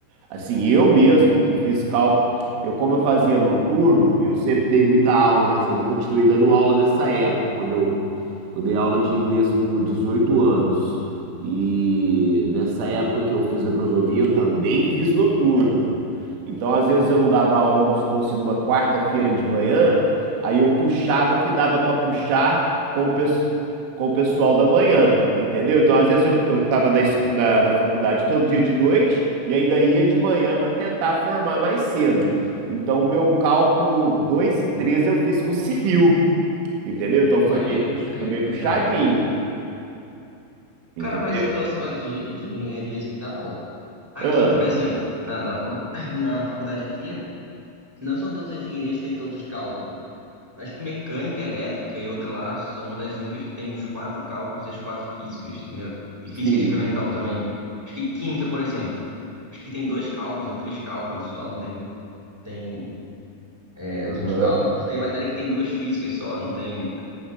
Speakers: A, on the right; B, in the centre.
A: Assim, eu mesmo que fiz cálculo, eu como eu fazia noturno e eu sempre dei muita aula nessa, ainda continuei dando aula nessa época, quando eu, eu dei aula de inglês por 18 anos. E nessa época que eu fiz agronomia, eu também fiz noturno. Então, às vezes eu não dava aula, vamos supor assim, numa quarta-feira de manhã, aí eu puxava o que dava pra puxar com o, pes- com o pessoal da manhã, entendeu? Então, às vezes eu, eu tava na, es- na, na faculdade todo dia de noite e ainda ia de manhã pra tentar formar mais cedo. Então, o meu cálculo 2 e 3 eu fiz com civil, entendeu? Então,
B: Pô,
A: foi
B: aí,
A: bem, pux-
B: aí,
A: foi bem puxadinho,
B: é.
A: entendeu?
B: Cara, mas você falou esse negócio de, de engenharias e tal. Aqui,
A: Ah,
B: por exemplo, na, na, <clears throat> na faculdade aqui, não são todas as engenharias que têm todos os cálculos. Acho que mecânica, elétrica e outra lá são uma das únicas que tem os quatro cálculos e as quatro físicas, entendeu? E
A: sim.
B: física experimental também. Acho que química, por exemplo, acho que tem dois cálculos ou três cálculos só, não tem, tem é,
A: Aham.
B: os outros cálculos. Tem matéria que tem duas físicas só, não tem